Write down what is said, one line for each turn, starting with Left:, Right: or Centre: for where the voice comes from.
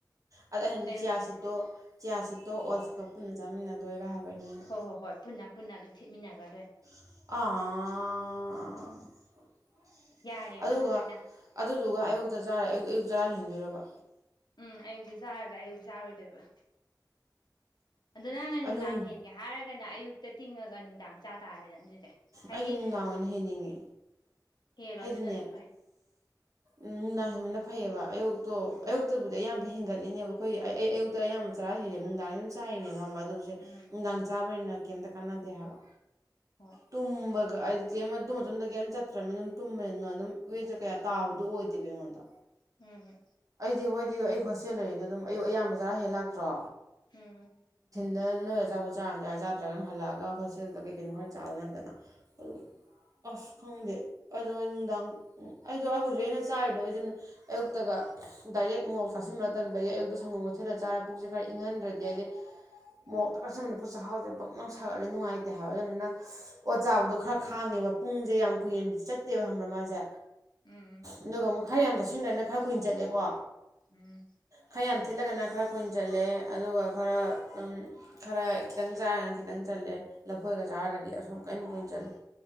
Right: ꯑꯗ ꯑꯩꯩꯅꯗꯤ
Left: ꯑꯌꯨꯛꯇꯅ
Right: ꯆꯤꯌꯥꯔ ꯁꯤꯠꯇꯣ ꯆꯤꯌꯥꯔ ꯁꯤꯠꯇꯣ ꯑꯣꯁꯀ ꯄꯨꯟꯅ ꯆꯥꯃꯤꯟꯅꯗꯣꯏꯔꯥ ꯍꯥꯏꯕ ꯑꯩꯅ ꯍꯥꯏꯅ
Left: ꯍꯣꯏ ꯍꯣꯏ ꯍꯣꯏ ꯄꯨꯟꯅ ꯄꯨꯟꯅ ꯑꯗꯨꯝ ꯊꯦꯠꯃꯤꯟꯅꯒꯗꯣꯏ
Right: ꯑꯥ
Left: ꯌꯥꯏꯌꯦꯕ
Right: ꯑꯗꯨꯒ
Left: ꯑꯗꯨꯃꯥꯏꯅ
Right: ꯑꯗꯨꯗꯨꯒ ꯑꯌꯨꯛꯇ ꯑꯌꯨꯛꯇ ꯆꯔꯥ ꯍꯦꯟꯗꯣꯢꯔꯕ
Left: ꯎ ꯑꯌꯨꯛꯇ ꯆꯥꯔꯒ ꯑꯌꯨꯛ ꯆꯥꯔꯣꯏꯗꯣꯏꯕ ꯑꯗꯣ ꯅꯪꯅ
Right: ꯑꯅꯨꯡ
Left: ꯅꯨꯡꯗꯥꯡ ꯍꯦꯟꯒꯦ ꯍꯥꯏꯔꯒꯅ ꯑꯌꯨꯛꯇ ꯇꯤꯡꯉꯒ ꯅꯨꯡꯗꯥꯡ ꯆꯥ ꯇꯥꯔꯦꯅ ꯑꯗꯨꯗꯤ ꯍꯥꯏꯗꯤ
Right: ꯑꯩꯗꯤ ꯅꯨꯡꯗꯥꯡ ꯑꯣꯏꯅ ꯍꯩꯅꯤꯡꯉꯦ
Left: ꯍꯦꯜꯂꯣ
Right: ꯍꯥꯏꯗꯤꯅꯦ
Left: ꯑꯗꯨꯅꯁꯨ ꯐꯩ
Right: ꯎꯝ ꯅꯨꯡꯗꯥꯡ ꯍꯟꯕꯟꯅ ꯐꯩꯌꯦꯕ ꯑꯌꯨꯛꯇꯣ
Left: ꯎꯝ
Right: ꯑꯌꯨꯛꯇꯕꯨꯗꯤ ꯑꯌꯥꯝꯕ ꯍꯦꯟꯒꯠꯂꯤꯅꯦꯕ ꯑꯩꯈꯣꯏꯒꯤ ꯑꯩ ꯑꯌꯨꯛꯇ ꯑꯌꯥꯝꯕ ꯆꯔꯥ ꯍꯦꯜꯂꯦꯕ ꯅꯨꯡꯗꯥꯡ ꯆꯥꯏꯔꯤꯅꯦꯕ ꯈꯪꯕ ꯑꯗꯨꯁꯦ
Left: ꯎꯝ
Right: ꯅꯨꯡꯗꯥꯡ ꯆꯥꯕꯅꯤꯅ ꯀꯩꯝꯇ ꯀꯥꯟꯅꯗꯦ ꯍꯥꯏꯕ
Left: ꯍꯣꯏ
Right: ꯇꯨꯝꯕꯒ ꯍꯥꯏꯗꯤ ꯀꯩ ꯑꯗꯨ ꯃꯇꯨꯡꯗ ꯀꯩꯝ ꯆꯠꯇ꯭ꯔꯕꯅꯤꯅ ꯑꯗꯨꯝ ꯇꯨꯝꯕꯅꯤꯅ ꯑꯗꯨꯝ ꯋꯦꯠꯁꯨ ꯀꯌꯥ ꯇꯥꯕꯗꯣ ꯑꯣꯏꯗꯦꯕ ꯉꯣꯟꯗ
Left: ꯎꯝ
Right: ꯖꯤ ꯍꯣꯏꯗꯤ ꯑꯩ ꯍꯣꯁꯇꯦꯜ ꯂꯩꯔꯤꯗꯣ ꯑꯗꯨꯝ ꯑꯌꯨꯛ ꯑꯌꯥꯝꯕ ꯆꯔꯥ ꯍꯦꯜ ꯂꯥꯛꯇ꯭ꯔꯣ
Left: ꯎꯝ
Right: ꯅ ꯅꯣꯏꯒ ꯑꯆꯥꯄꯣꯠ ꯆꯥꯔ ꯆꯥꯢ ꯆꯥꯗ꯭ꯔꯒꯅ ꯍꯜꯂꯛꯑꯒ ꯍꯣꯁꯇꯦꯜꯗ ꯀꯩ ꯀꯩꯅꯣ ꯈꯔ ꯆꯥꯕ ꯅꯠꯇꯅ ꯑꯗꯨ ꯑꯁ ꯈꯪꯗꯦ ꯑꯗꯣ ꯑꯩ ꯅꯨꯡꯗꯥꯡ ꯑꯗꯣ ꯍꯧꯖꯤꯛ ꯑꯩꯅ ꯆꯥꯔꯤꯗꯣ ꯑꯩꯁꯨ ꯑꯌꯨꯛꯇꯒ ꯗꯥꯏꯔꯦꯛ ꯃꯣꯔꯣꯛ ꯆꯥꯁꯤꯟꯕ ꯇꯟꯕꯒꯤ ꯑꯌꯨꯛꯇꯣ ꯁꯪꯒꯣꯝ ꯊꯤꯠꯂ ꯆꯥꯔ ꯄꯨꯛꯁꯦ ꯈꯔ ꯏꯪꯍꯟꯗ꯭ꯔꯗꯤ ꯑꯩꯗꯤ ꯃꯣꯔꯣꯛ ꯇꯛ ꯆꯥꯁꯤꯟꯕꯗ ꯄꯨꯛ ꯆꯥꯛꯈꯥꯎꯁꯦ ꯕꯪꯂꯥꯎ ꯁꯥꯒꯠꯂꯦ ꯅꯨꯡꯉꯥꯏꯇꯦ ꯍꯥꯏꯕ ꯑꯗꯨꯗꯨꯅ ꯑꯣꯠ ꯆꯥꯕꯗꯣ ꯈꯔ ꯈꯥꯡꯉꯦꯕ ꯄꯨꯡꯁꯦ ꯌꯥꯝ ꯀꯨꯏꯅꯗꯤ ꯆꯠꯇꯦꯕ ꯈꯪꯕ꯭ꯔꯥ ꯃꯥꯁꯦ
Left: ꯎꯝ ꯎꯝ
Right: ꯑꯗꯨꯒ ꯑꯃꯨꯛ ꯈꯔ ꯌꯥꯝ ꯆꯥꯁꯤꯟꯕꯅ ꯈꯔ ꯀꯨꯏꯅ ꯆꯠꯂꯦꯀꯣ
Left: ꯎꯝ
Right: ꯈꯔ ꯌꯥꯝ ꯊꯦꯠꯂꯒꯅ ꯈꯔ ꯀꯨꯏꯅ ꯆꯠꯂꯦ ꯑꯗꯨꯒ ꯈꯔ ꯑꯗꯨꯝ ꯈꯔ ꯈꯤꯇꯪ ꯆꯥꯔꯒꯅ ꯈꯤꯇꯪ ꯆꯠꯂꯦ ꯂꯐꯨ ꯢꯒ ꯆꯥꯔꯒꯗꯤ ꯑꯁꯣꯝ ꯀꯩꯅꯣ ꯀꯨꯏꯅ ꯆꯠꯂꯦ